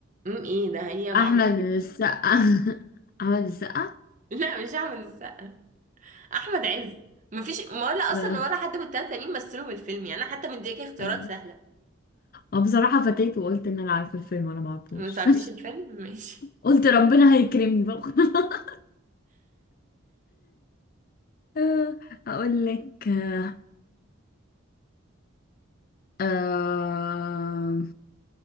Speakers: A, on the right (about 35°); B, on the left (about 45°).
A: امم ايه ده هي معروفة
B: احمد السقا <laughs> احمد السقا
A: لا مش احمد السقا احمد عز مفيش ولا
B: ولا
A: اصلا ولا حد من التلاتة تانيين مثلوا من الفيلم يعني انا حتى مديكي اختيارات
B: اه
A: سهله
B: أو بصراحه فتيت وقلت ان انا عارفه الفيلم وانا ما اعرفوش
A: ما تعرفيش
B: <laughs>
A: الفيلم <laughs> ماشي
B: قلت ربنا هيكرمني بقى <laughs> آه، اقول لك آه، آه...